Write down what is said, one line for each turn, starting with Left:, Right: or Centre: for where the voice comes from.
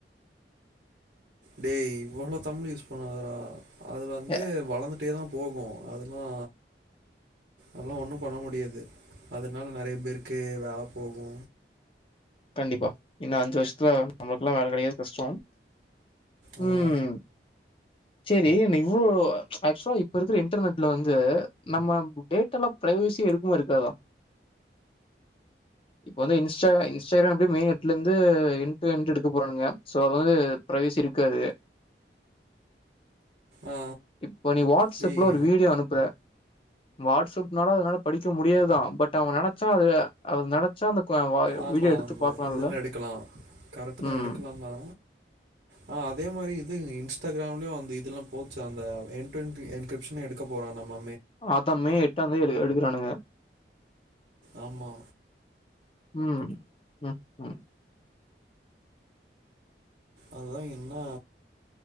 Right: டேய் இவ்வளோ தமிழ் யூஸ் பண்ணாதடா அது வந்து
Left: எ
Right: வளர்ந்துட்டே தா போகு அதெலா அதெலா ஒன்னு பண்ண முடியாது அதனால் நறையா பேருக்கு வேல போகு
Left: கண்டிப்பா இன்னு அஞ்சு வருஷத்துல நம்மளுக்குலா வேல கெடைக்கிறது கஷ்டோ
Right: அதா
Left: ம் சேரி இன்ன இவ்ளோ ஆக்சுவலா இப்ப இருக்க இன்டர்நெட்ல வந்து நம்ம டேட்ல்லா பிரைவசியா இருக்குமா இருக்காத இப்ப வந்து இன்ஸ்டா இன்ஸ் சேரி அப்பிடியு மே எட்லருந்து இ்ன்டர்ன்டுக்க போறானுங்க சோ அவது வந்து பிரைஸ் இருக்காது
Right: ஆ
Left: இப்ப நீ வாட்ஸ்அப்ல
Right: டேய்
Left: ஒரு வீடியோ அனுப்புற வாட்ஸ்அப்னால அதனால படிக்க முடியாதுதா பட் அவ நினைச்சா அது அவ நினைச்சா அந்த
Right: ஆமா
Left: வீடியோ எடுத்து
Right: ஆமா
Left: பாக்கலால்ல
Right: இதெல எடுக்கலா கரெக்ட் தா
Left: ம்
Right: எடுக்கலா தா ஆ அதே மாரி இது இன்ஸ்டாகிராம்லயு அந்த இதுலா போச்சா அந்த என் டு எண்டு என்கிரிப்ஷனயு எடுக்க போறானாமா
Left: ஆத்தா மே எட்டா தே எடு எடுக்கிறானுங்க
Right: ஆமா
Left: ம் ம் ம்
Right: அதா இன்னா